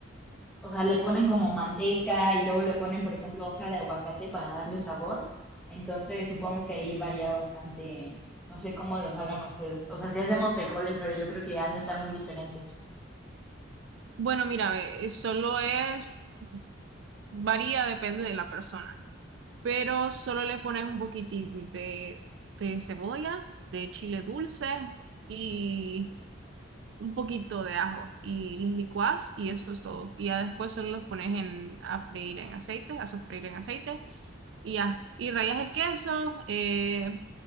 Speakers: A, in the centre; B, on the right.
A: o sea, le ponen como manteca y luego le ponen, por ejemplo, hoja de aguacate para darle sabor. Entonces supongo que ahí varía bastante. No sé cómo los hagan ustedes. O sea, si hacemos frijoles, pero yo creo que han de estar muy diferentes.
B: Bueno, mira, ve, eh, solo es, varía, depende de la persona. pero solo le pones un poquitín de, de cebolla, de chile dulce y un poquito de ajo y los licuás y eso es todo. Y ya después solo los pones en, a freír en aceite, a sofreír en aceite y ya. Y rayas el queso eh,